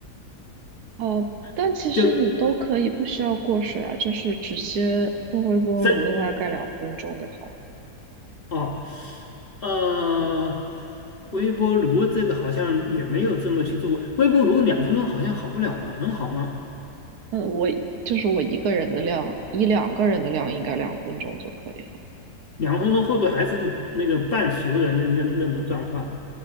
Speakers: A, on the right; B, on the left.
A: 呃，但其实你都可以不需要过水啊，
B: <laughs> 就是
A: 就是直接用微波炉的话盖两分钟就好了。
B: 真哦，呃，微波炉这个好像也没有这么去做过。微波炉两分钟好像好不了吧？能好吗？
A: 呃，我就是我一个人的量，一两个人的量应该两分钟就可以了。
B: 两分钟会不会还是那个半熟的那那那种状况？